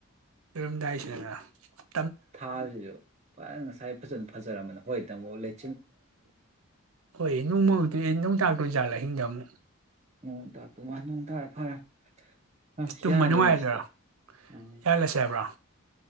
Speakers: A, on the right (about 75°); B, on the right (about 30°).
A: <unintelligible> ꯔꯝꯗꯥꯏꯁꯗꯅꯥ꯫ <inaudible>
B: ꯊꯥꯖꯤꯁꯨ ꯐꯖꯅ ꯉꯁꯥꯏ ꯐꯖꯅ ꯐꯖꯔꯝꯕꯅꯦ ꯍꯣꯏ ꯇꯥꯃꯣ ꯂꯩ꯫
A: ꯍꯣꯏ ꯅꯨꯡꯃ <inaudible> ꯅꯨꯡ <inaudible> ꯑꯍꯤꯡꯗ ꯑꯃꯨꯛ
B: ꯅꯣꯡ ꯇꯥꯇꯨ ꯃꯟ ꯅꯣꯡ ꯇꯥꯔ ꯐꯔꯦ ꯑ
A: ꯇꯨꯝꯕ
B: ꯌꯥꯔꯅꯤꯅꯦ
A: ꯅꯨꯡꯉꯥꯏꯗꯣꯏꯔꯥ
B: ꯁꯤꯗꯤ ꯎꯝ
A: ꯌꯥꯜꯂꯁꯦ ꯍꯥꯏꯕ꯭ꯔꯥ